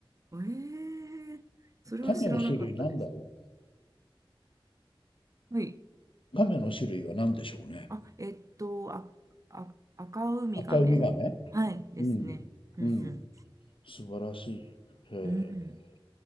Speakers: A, on the right; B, on the left.
A: えー、それは知らなかったです。
B: 亀の種類なんだろ
A: はい。
B: う。亀の種類は何でしょうね。
A: あ、えっと、あ、あ、赤ウミガメはいですね。
B: 赤ウミガメうん。
A: うん
B: うん。素晴らしい。へえ。
A: うん。うん。